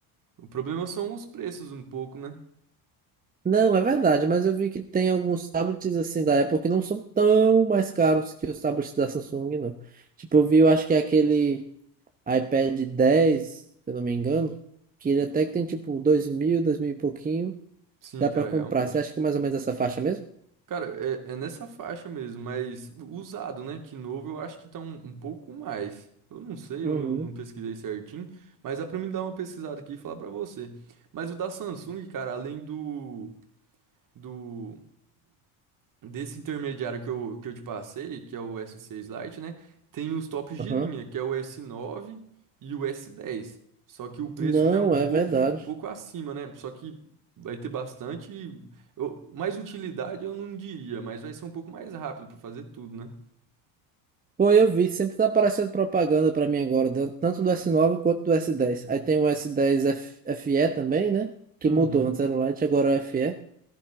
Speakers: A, on the right; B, on the right.
A: O problema são os preços um pouco, né?
B: Não, é verdade, mas eu vi que tem alguns tablets, assim, da Apple que não são tão mais caros que os tablets da Samsung, não. Tipo, eu vi, eu acho que é aquele iPad 10 se eu não me engano, que ele até que tem, tipo, dois mil, dois mil e pouquinho,
A: Sim,
B: dá
A: cara,
B: pra comprar.
A: realmente.
B: Você acha que é mais ou menos essa faixa mesmo?
A: Cara, é, é nessa faixa mesmo, mas usado, né? Que novo eu acho que tá um, um pouco mais. Eu não sei,
B: Uhum.
A: eu não, não pesquisei certinho, mas dá pra mim dar uma pesquisada aqui e falar pra você. Mas o da Samsung, cara, além do, do Desse intermediário que eu, que eu te passei, que é o S6 Lite, né? Tem os tops de
B: Aham.
A: linha, que é o S9 e o S10. Só que o preço
B: Não,
A: já é um
B: é
A: pouco,
B: verdade.
A: um pouco acima, né? Só que vai ter bastante. eu- mais utilidade eu não diria, mas vai ser um pouco mais rápido para fazer tudo, né?
B: Pô, eu vi, sempre tá aparecendo propaganda pra mim agora, dan- tanto do S9 quanto do S10. Aí tem o S10 F- FE também, né? Que
A: Uhum.
B: mudou, antes era o Lite, agora é o FE.